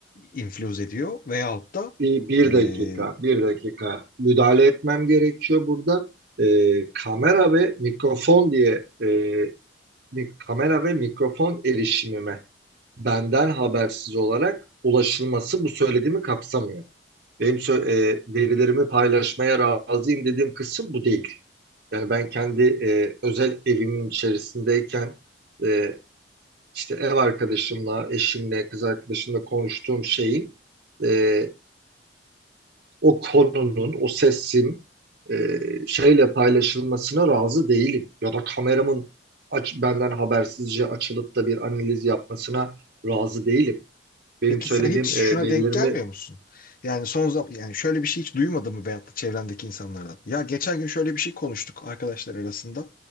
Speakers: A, on the left; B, on the right.
A: infiluz ediyor veyahut da
B: Bir, bir
A: e,
B: dakika, bir dakika müdahale etmem gerekiyor burada. Ee, kamera ve mikrofon diye e, mi- kamera ve mikrofon erişimime benden habersiz olarak ulaşılması bu söylediğimi kapsamıyor. Benim sö- e, verilerimi paylaşmaya razıyım dediğim kısım bu değil. Yani ben kendi e, özel evimin içerisindeyken e, işte ev arkadaşımla, eşimle, kız arkadaşımla konuştuğum şeyin e, o konunun, o sesin e, şeyle paylaşılmasına razı değilim. Ya da kameramın aç, benden habersizce açılıp da bir analiz yapmasına razı değilim. Benim
A: Peki
B: söylediğim
A: sen hiç şuna
B: e, verilerimi
A: denk gelmiyor musun? Yani son zaman yani şöyle bir şey hiç duymadın mı veyahut da çevrendeki insanlardan? Ya geçen gün şöyle bir şey konuştuk arkadaşlar arasında.